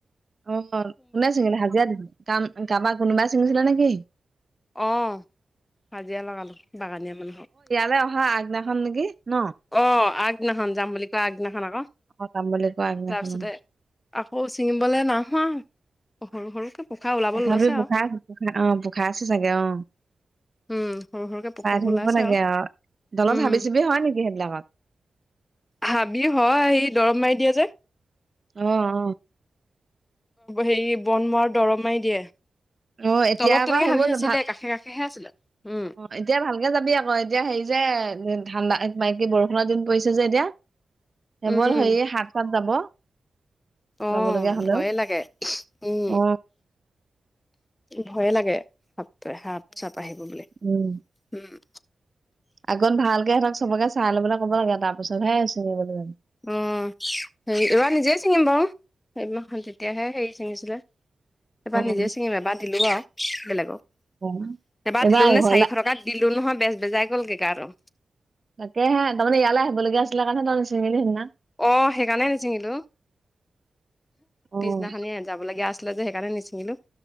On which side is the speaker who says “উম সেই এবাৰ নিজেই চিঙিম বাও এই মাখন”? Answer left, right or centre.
Left